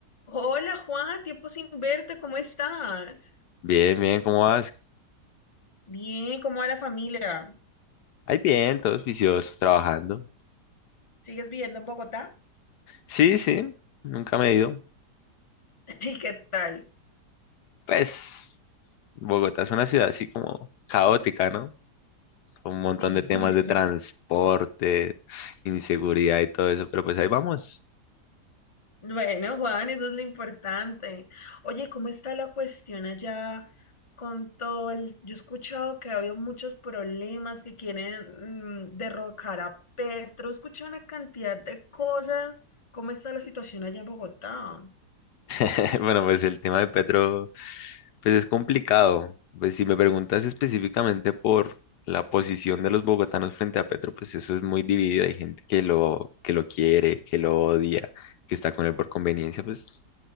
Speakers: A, on the left (about 20°); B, on the left (about 75°).
A: Hola Juan, tiempo sin verte, ¿cómo estás?
B: Bien, bien, ¿cómo vas?
A: Bien, ¿cómo va la familia?
B: Ay, bien, todos viciosos, trabajando.
A: ¿Sigues viviendo en Bogotá?
B: Sí, sí, nunca me he ido.
A: <laughs> ¿Y qué tal?
B: Pues, Bogotá es una ciudad así como caótica, ¿no? Con un montón
A: Sí.
B: de temas
A: <laughs>
B: de transporte, inseguridad y todo eso, pero pues ahí vamos.
A: Bueno, Juan, eso es lo importante. Oye, ¿cómo está la cuestión allá con todo el... Yo he escuchado que había muchos problemas que quieren mm, derrocar a Petro, escuché una cantidad de cosas. ¿Cómo está la situación allá en Bogotá?
B: <laughs> Bueno, pues el tema de Petro, pues es complicado. Pues si me preguntas específicamente por la posición de los bogotanos frente a Petro, pues eso es muy dividido. Hay gente que lo, que lo quiere, que lo odia, que está con él por conveniencia, pues